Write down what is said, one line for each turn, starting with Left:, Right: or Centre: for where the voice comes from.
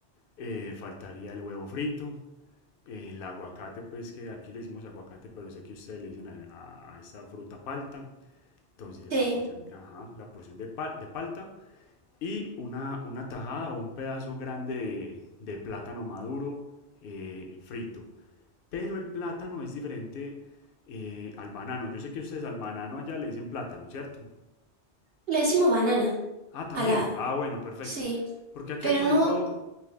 Left: Eh, faltaría el huevo frito, el aguacate, pues que aquí le decimos aguacate, pero sé que ustedes le dicen a, a- esta fruta palta. Entonces, la
Right: Sí,
Left: porción, ajá, la porción de, pal- de palta y una, una tajada o un pedazo grande de, de plátano maduro eh, frito. Pero el plátano es diferente eh, al banano. Yo sé que ustedes al banano allá le dicen plátano, ¿cierto?
Right: le decimos banana
Left: Ah, también.
Right: a la...
Left: Ah, bueno, perfecto.
Right: Sí,
Left: Porque aquí
Right: pero
Left: hay, por
Right: no...
Left: ejemplo,